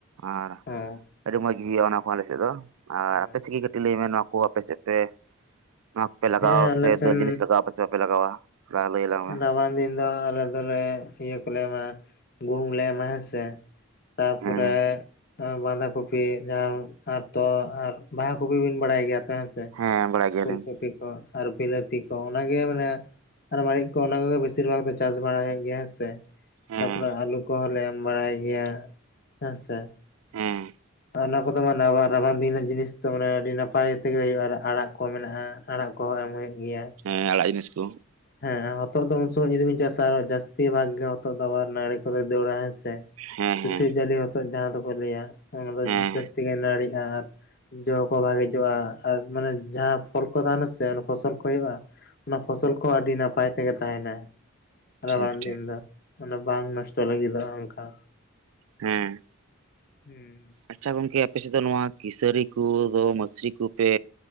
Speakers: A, on the right; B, on the left.
A: ᱟᱨ
B: ᱦᱮᱸ
A: ᱟᱹᱰᱤ ᱢᱚᱡᱽ ᱜᱮ ᱦᱩᱭᱩᱜᱼᱟ ᱚᱱᱟ ᱠᱚ ᱟᱞᱮ ᱥᱮᱫ ᱫᱚ ᱟᱨ
B: ᱦᱮᱸ
A: ᱟᱯᱮ ᱥᱮᱫ ᱜᱮ ᱠᱟᱹᱴᱤᱡ ᱞᱟᱹᱭ ᱢᱮ ᱱᱚᱶᱟ ᱠᱚ ᱟᱯᱮ ᱥᱮᱫ ᱯᱮ ᱚᱱᱟ ᱠᱚᱯᱮ ᱞᱟᱜᱟᱣ
B: ᱦᱮᱸ ᱟᱞᱮ
A: ᱥᱮ
B: ᱥᱮᱱ
A: ᱫᱟᱹᱞ ᱡᱤᱱᱤᱥ ᱞᱟᱜᱟᱣ ᱟ ᱥᱮ ᱵᱟᱯᱮ ᱞᱟᱜᱟᱣ-ᱟ ᱛᱷᱚᱲᱟ ᱞᱟᱹᱭ ᱟᱞᱟᱝ ᱢᱮ
B: ᱨᱟᱵᱟᱝ ᱫᱤᱱ ᱫᱚ ᱟᱞᱮ ᱫᱚᱞᱮ ᱤᱭᱟᱹ ᱠᱚᱞᱮ ᱮᱢᱟ ᱜᱩᱦᱩᱢ ᱞᱮ ᱮᱢᱟ ᱦᱮᱸᱥᱮ ᱛᱟ ᱯᱚᱨᱮ
A: ᱦᱮᱸ
B: ᱵᱟᱸᱫᱷᱟ ᱠᱚᱯᱤ ᱡᱟᱦᱟᱸ ᱟᱨ ᱛᱚ ᱟᱨ ᱵᱟᱦᱟ ᱠᱚᱯᱤ ᱵᱤᱱ ᱵᱟᱲᱟᱭ ᱜᱮᱭᱟ ᱛᱚ ᱦᱮᱸᱥᱮ?
A: ᱦᱮᱸ ᱵᱟᱲᱟᱭ ᱜᱮᱭᱟᱞᱤᱧ
B: ᱯᱷᱩᱞ ᱠᱚᱵᱤ ᱠᱚ ᱟᱨ ᱵᱤᱞᱟᱹᱛᱤ ᱠᱚ ᱚᱱᱟ ᱜᱮ ᱢᱟᱱᱮ ᱟᱨ ᱢᱟᱨᱮ ᱚᱱᱟ ᱠᱚᱜᱮ ᱵᱮᱥᱤᱨ ᱵᱷᱟᱜᱽ ᱫᱚ ᱪᱟᱥ ᱵᱟᱲᱟ ᱦᱩᱭᱩᱜ ᱜᱮᱭᱟ ᱦᱮᱸ ᱥᱮ
A: ᱦᱮᱸ
B: ᱛᱟ ᱯᱚᱨᱮ ᱟᱞᱩ ᱠᱚᱦᱚᱸ ᱞᱮᱢ ᱵᱟᱲᱟᱭ ᱜᱮᱭᱟ ᱦᱮᱸᱥᱮ
A: ᱦᱮᱸ
B: ᱚᱱᱟ ᱠᱚᱫᱚ ᱢᱟᱱᱮ ᱟᱵᱟᱨ ᱨᱟᱵᱟᱝ ᱫᱤᱱ ᱨᱮᱱᱟᱜ ᱡᱤᱱᱤᱥ ᱛᱚ ᱢᱟᱱᱮ ᱟᱹᱰᱤ ᱱᱟᱯᱟᱭ ᱛᱮᱜᱮ ᱦᱩᱭᱩᱜᱼᱟ ᱟᱲᱟᱜ ᱠᱚ ᱢᱮᱱᱟᱜᱼᱟ ᱟᱲᱟᱜ ᱠᱚᱦᱚᱸ ᱮᱨ ᱦᱩᱭᱩᱜ ᱜᱮᱭᱟ
A: ᱦᱮᱸ ᱟᱲᱟᱜ ᱡᱤᱱᱤᱥ ᱠᱚ
B: ᱦᱮᱸ ᱦᱚᱛᱚᱫ ᱫᱚ ᱩᱱ ᱥᱚᱢᱚᱭ ᱡᱩᱫᱤ ᱵᱤᱱ ᱪᱟᱥᱟ ᱡᱟᱹᱥᱛᱤ ᱵᱷᱟᱜ ᱜᱮ ᱦᱚᱛᱚᱫ ᱫᱚ ᱟᱵᱟᱨ ᱱᱟᱲᱤ ᱠᱚᱫᱚᱭ ᱫᱟᱹᱲᱟ ᱦᱮᱸᱥᱮ
A: ᱦᱮᱸ
B: ᱥᱤᱥᱤᱨ
A: ᱦᱮᱸ
B: ᱡᱟᱹᱞᱤ ᱦᱚᱛᱚᱫ ᱡᱟᱦᱟᱸ ᱫᱚᱠᱚ ᱞᱟᱹᱭᱟ ᱚᱱᱟ ᱫᱚ
A: ᱦᱮᱸ
B: ᱡᱟᱹᱥᱛᱤ ᱜᱮ ᱱᱟᱹᱲᱤᱜᱼᱟ ᱟᱨ ᱡᱚ ᱠᱚ ᱵᱷᱟᱜᱮ ᱡᱚᱜᱼᱟ ᱟᱨ ᱢᱟᱱᱮ ᱡᱟᱦᱟᱸ ᱯᱷᱚᱞ ᱠᱚ ᱛᱟᱦᱮᱱᱟ ᱥᱮ ᱚᱱᱟ ᱯᱷᱚᱥᱚᱞ ᱠᱚ ᱦᱩᱭᱩᱜᱼᱟ ᱚᱱᱟ ᱯᱷᱚᱥᱚᱞ ᱠᱚᱦᱚᱸ ᱟᱹᱰᱤ ᱱᱟᱯᱟᱭ ᱛᱮᱜᱮ ᱛᱟᱦᱮᱱᱟ ᱨᱟᱵᱟᱝ
A: ᱴᱷᱤᱠ ᱴᱷᱤᱠ
B: ᱫᱤᱱ ᱫᱚ ᱢᱟᱱᱮ ᱵᱟᱝ ᱱᱚᱥᱴᱚ ᱞᱟᱜᱤᱫᱚᱜ-ᱟ ᱚᱱᱠᱟ
A: ᱦᱮᱸ
B: ᱦᱩᱸ
A: ᱟᱪᱪᱷᱟ ᱜᱚᱝᱠᱮ ᱟᱯᱮᱥᱮᱫ ᱫᱚ ᱱᱚᱣᱟ ᱠᱤᱥᱟᱹᱨᱤ ᱠᱚ ᱫᱚ ᱢᱟᱥᱨᱤ ᱠᱚᱯᱮ